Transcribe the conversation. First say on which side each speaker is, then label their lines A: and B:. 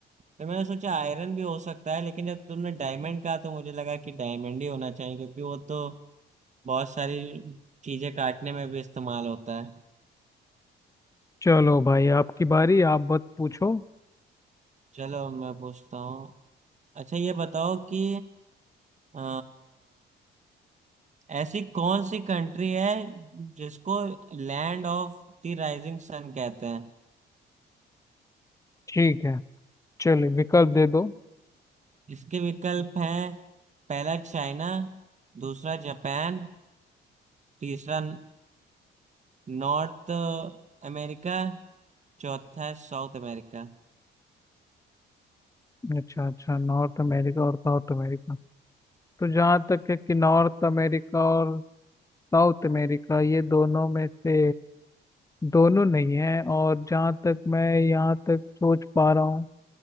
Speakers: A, on the right; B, on the left.
A: तो मैंने सोचा आयरन भी हो सकता है लेकिन जब तुमने डायमंड कहा तो मुझे लगा कि डायमंड ही होना चाहिए क्योंकि वो तो बहुत सारी चीजें काटने में भी इस्तेमाल होता है
B: चलो भाई आपकी बारी आप बस पूछो
A: चलो मैं पूछता हूँ अच्छा ये बताओ कि अ, ऐसी कौन सी कंट्री है जिसको land of the rising sun कहते हैं
B: ठीक है चलो विकल्प दे दो
A: इसके विकल्प हैं पहला चाइना दूसरा जापान तीसरा नॉर्थ अमेरिका चौथा है साउथ अमेरिका
B: अच्छा अच्छा नॉर्थ अमेरिका और साउथ अमेरिका तो जहाँ तक है कि नॉर्थ अमेरिका और साउथ अमेरिका ये दोनों में से दोनों नहीं है और जहाँ तक मैं यहाँ तक सोच पा रहा हूँ